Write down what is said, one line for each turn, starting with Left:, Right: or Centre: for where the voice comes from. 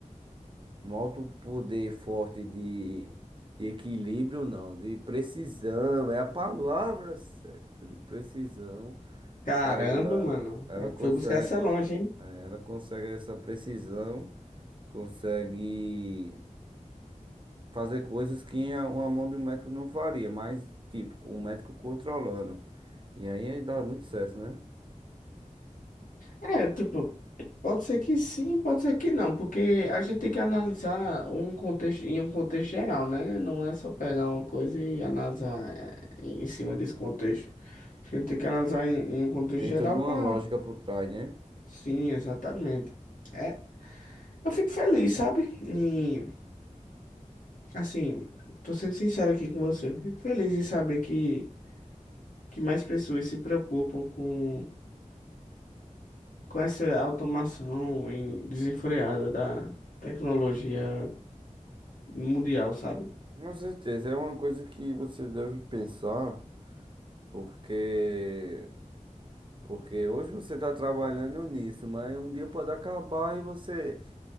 Right: um alto poder forte de, de equilíbrio, não, de precisão, é a palavra certa, de precisão.
Left: Caramba,
Right: Ela,
Left: mano.
Right: ela
Left: É,
Right: consegue,
Left: Foi buscar essa longe, hein?
Right: eh, ela consegue essa precisão, consegue fazer coisas que a- uma mão do médico não faria, mas tipo, com o médico controlando. E aí dá muito certo, né?
Left: É, tipo, pode ser que sim, pode ser que não, porque a gente tem que analisar um contexto em um contexto geral, né? Não é só pegar uma coisa e analisar eh, em cima desse contexto. A gente tem que analisar em, em um contexto
Right: Tem
Left: geral
Right: toda
Left: para
Right: uma lógica por trás, né?
Left: Sim, exatamente. É, eu fico feliz, sabe? E, assim, tô sendo sincero aqui com você. Eu fico feliz em saber que, que mais pessoas se preocupam com, com essa automação em- desenfreada da tecnologia no Mundial, sabe?
Right: Com certeza, é uma coisa que você deve pensar, porque porque hoje você está trabalhando nisso, mas um dia pode acabar e você